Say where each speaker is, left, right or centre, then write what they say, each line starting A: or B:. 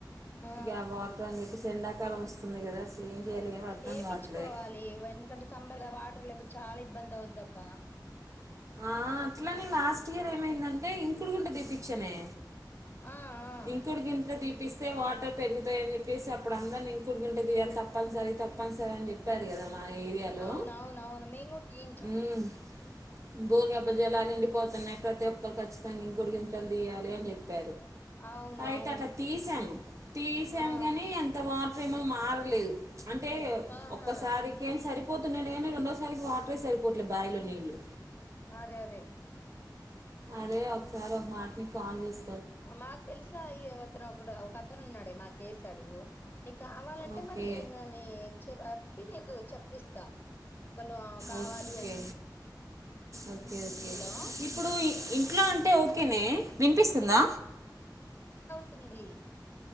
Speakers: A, on the left; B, on the right.
A: ఆ!
B: హలో ఎండాకాలం వస్తుంది కదా అసలు చేయాలి ఏం అర్థం
A: ఏపించుకోవాలి
B: కావట్లే
A: వల్ ఎందుకంటే సమ్మర్ లో వాటర్ లేకపోతే చాలా ఇబ్బంది అవది అబ్బా
B: ఆ అట్లానే లాస్ట్ ఇయర్ ఏమైందంటే ఇంకుండుట తిపిచ్చనే.
A: ఆ! ఆ!
B: ఇంకోటి గింట్లో ది పిస్తే వాటర్ పెరుగుతాయ్ అని చెప్పేసి అప్పుడు అందార్న్ని కూల్ గుండ తియ్యాలి తప్పనిసరి తప్పనిసరి అని చెప్పారు కదా మా ఏరియాలో
A: అవునవునవును మేము కూడా తీయించాం
B: ఉ బోర్
A: ఉమ్
B: గబ్బ జల నిండిపోతన్ ఉన్నాయి ప్రతి ఒక్కరు ఖచ్చితంగా గుడిగింతలు తీయాలి అని చెప్పి
A: అవును
B: అయితే
A: అవును
B: అట్లా తీసాము తీసాము
A: ఆ
B: కాని అంత వాటర్ ఏమీ మారలేదు అంటే
A: ఆహా
B: ఒక్కసారికి ఏం సరిపోతు నేనే రెండోసారికి వాటరే సరిపోట్లే బాయిలో నీళ్ళు
A: అదే అదే
B: అదే ఒకసారి ఒక మాటని కాల్ చేస్
A: మాకు తెలిసిన ఈ అతను ఒకడు ఒక అతను ఉన్నాడే మాకు వేశాడు నీక్ కావాలంటే
B: ఓకే
A: మరి ఎన్నో అన్ని ఎచ్చుకో నీకు చెప్పిస్తా ఒక వేళ కావాలి
B: ఓకే
A: అంటే
B: ఓకే ఓకే
A: హలో
B: ఇప్పుడు ఇ ఎట్లా అంటే ఓకేనే వినిపిస్తుందా
A: తుంది